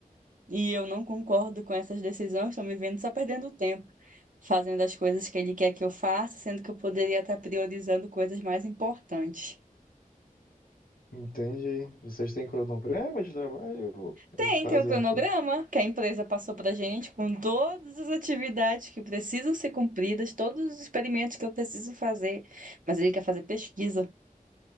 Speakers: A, on the right; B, on the left.
A: e eu não concordo com essas decisões, estou me vendo só perdendo tempo, fazendo as coisas que ele quer que eu faça, sendo que eu poderia estar priorizando coisas mais importantes.
B: Entendi. Vocês têm cronograma de trabalho ou
A: Tem,
B: ou fazem
A: tem o cronograma
B: a toa?
A: que a empresa passou pra gente, com todas as atividades que precisam ser cumpridas, todos os experimentos que eu preciso fazer, mas ele quer fazer pesquisa,